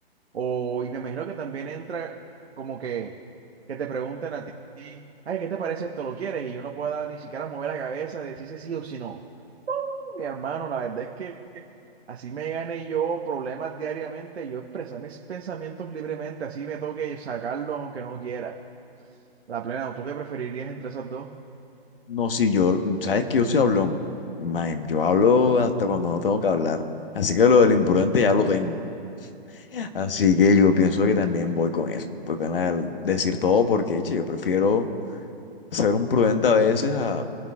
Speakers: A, on the right; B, on the left.
A: O, y me imagino que también entra como que, que te pregunten a ti, ay, ¿qué te parece esto? ¿Lo quieres? Y yo no puedo ni siquiera mover la cabeza, decir si sí o si no. Mi hermano, la verdad es que así me gane yo problemas diariamente, yo expresar mis pensamientos libremente, así me toque sacarlos aunque no quiera. La plena, ¿o ¿tú qué preferirías entre esas dos?
B: No, sí, yo, sabes que yo soy hablón. Man, yo hablo hasta cuando no tengo que hablar. Así que lo del imprudente ya lo tengo. <laughs> Así que yo pienso que también voy con eso. Voy con la del decir todo porque, che, yo prefiero ser un prudente a veces a,